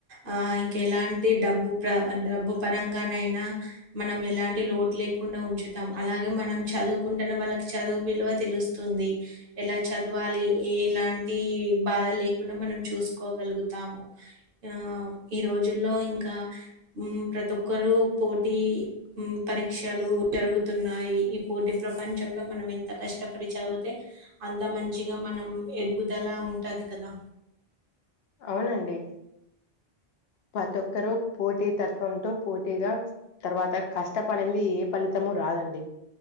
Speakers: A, on the right (about 55°); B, on the left (about 70°).
A: ఆ ఇంక ఎలాంటి డబ్బు ప్ర డబ్బు పరంగానైనా మనం ఎలాంటి లోటు లేకుండా ఉంచుతాం అలాగే మనం చదువుకుంటున్న వాళ్ళకి చదువు విలువ తెలుస్తుంది ఎలా చదువు వాాలి ఎలాంటి బాధ లేకుండా మనం చూసుకోగలుగుతాము ఆ ఈ రోజుల్లో ఇంకా ప్రతి ఒక్కరు పోటీ పరీక్షలు జరుగుతున్నాయి ఈ పోటీ ప్రపంచంలో మనం ఎంత కష్టపడి చదివితే అంత మం చిగా మనం ఎదుగుదలా ఉంటుంది కదా
B: అవునండి ప్రతి ఒక్కరుూ పోటీ తత్వంతో పోటీగా తర్వాత కష్టపడింది ఏ ఫలితమ రాదండి